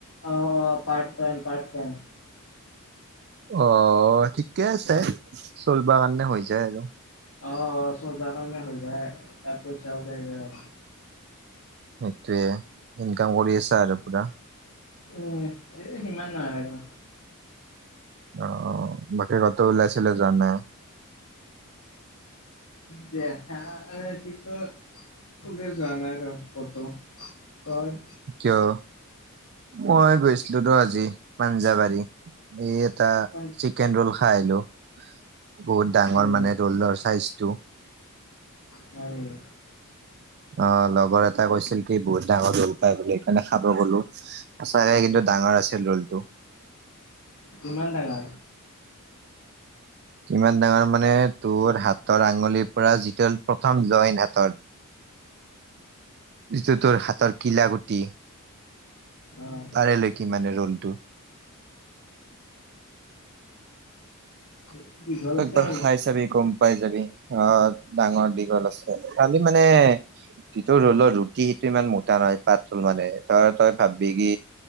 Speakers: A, on the left; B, on the right.
A: অঁ, অঁ পাৰ্ট টাইম, পাৰ্ট টাইম।
B: অঁ, ঠিকে আছে। চলব কাৰণে হৈ যায় আৰু।
A: অঁ, অঁ চলব কাৰণে হৈ যায়। এক পইচা ওলাই ন '।
B: সেইটৱে, ইনকাম কৰি আছা আৰু পুৰা।
A: উম, এ সিমান নাই আৰু।
B: অঁ, অঁ বাকী ক'তো ওলাই চুলাই যোৱা নাই?
A: দেহা এ কি কয়? ওলাই যোৱা নাই ৰ' ক'তো, তই?
B: কিয়? মই গৈছিলো ৰ' আজি পাঞ্জাবাৰী। এ টা
A: হয়
B: চিকেন ৰোল খাই আহি। বহুত ডাঙৰ
A: নেকি
B: মানে ৰোলৰ চাইজটো।
A: হয় নেকি?
B: অঁ, লগৰ এটাই কৈছিল কি? বহুত ডাঙৰ ৰোল পাই বুলি সেইকাৰণে খাব গ'লো। সঁচাকে কিন্তু ডাঙৰ আছিল ৰোলটো।
A: কিমান ডাঙৰ? টিক্।
B: কিমান ডাঙৰ মানে, তোৰ হাতৰ আঙুলিৰ পৰা যিটো হ'ল প্ৰথম জইন হাতৰ। যিটো তোৰ হাতৰ কিলাকুটি।
A: অহ
B: তাৰে লেকি মানে ৰলটো
A: <unintelligible>
B: তই একবাৰ খাই
A: নাই?
B: চাবি গম পাই যাবি, অহ ডাঙৰ দিশ। দুজন আছিলে, কালি মানে যিটো ৰলৰ ৰুটি সেইটো ইমান মোটা নহয়, পাত ৰল মানে তই তই ভাববি কি